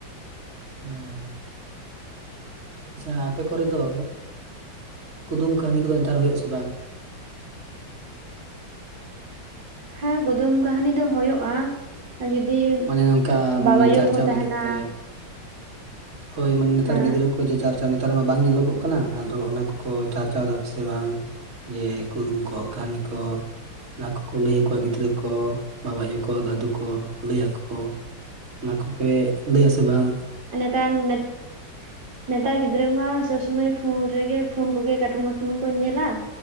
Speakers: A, on the right; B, on the right.
A: <unintelligible> ᱟᱪᱪᱷᱟ ᱟᱯᱮ ᱠᱚᱨᱮ ᱫᱚ ᱠᱩᱫᱩᱢ ᱠᱟᱹᱦᱱᱤ ᱠᱚᱫᱚ ᱱᱮᱛᱟᱨ ᱦᱩᱭᱩᱜ-ᱟ ᱥᱮ ᱵᱟᱝ?
B: ᱦᱮᱸ ᱠᱩᱫᱩᱢ ᱠᱟᱹᱦᱱᱤ ᱫᱚ ᱦᱳᱭᱳᱜ-ᱟ! ᱡᱩᱫᱤ
A: ᱢᱟᱱᱮ ᱱᱚᱝᱠᱟ ᱢ,
B: ᱵᱟᱵᱟ ᱟᱭᱩ
A: ᱪᱟᱨᱪᱟᱣ
B: ᱠᱚ ᱛᱟᱦᱮᱱᱟ
A: ᱞᱟᱹᱜᱤᱫ ᱛᱮ ᱦᱳᱭ ᱢᱟᱱᱮ ᱱᱮᱛᱟᱨ
B: ᱦᱮᱸ
A: ᱜᱤᱫᱽᱨᱟᱹ ᱠᱚ ᱡᱮ ᱪᱟᱨᱪᱟ ᱱᱮᱛᱟᱨ ᱢᱟ ᱵᱟᱝ ᱧᱮᱞᱚᱜᱚᱜ ᱠᱟᱱᱟ ᱟᱫᱚ ᱚᱱᱟ ᱠᱚᱠᱚ ᱪᱟᱨᱪᱟᱣᱮᱫᱟ ᱥᱮ ᱵᱟᱝ ᱡᱮ ᱠᱩᱫᱩᱢ ᱠᱚ ᱠᱟᱹᱦᱱᱤ ᱠᱚ ᱚᱱᱟ ᱠᱚᱠᱚ ᱞᱟᱹᱭ ᱟᱠᱚᱣᱟ ᱜᱤᱫᱽᱨᱟᱹ ᱠᱚ ᱵᱟᱵᱟ ᱟᱭᱩ ᱠᱚ ᱫᱟᱫᱩ ᱠᱚ ᱞᱟᱹ ᱟᱠᱚ ᱠᱚ ᱚᱱᱟ ᱠᱚᱯᱮ ᱞᱟᱹᱭᱟ ᱥᱮ ᱵᱟᱝ
B: <unintelligible> ᱜᱤᱫᱽᱨᱟᱹ ᱢᱟ ᱥᱚᱵ ᱥᱚᱢᱚᱭ ᱯᱷᱳᱱ ᱨᱮᱜᱮ ᱯᱷᱳᱱ ᱠᱚᱜᱮ ᱠᱟᱴᱩᱱ ᱢᱟᱴᱩᱱ ᱠᱚ ᱧᱮᱞᱟ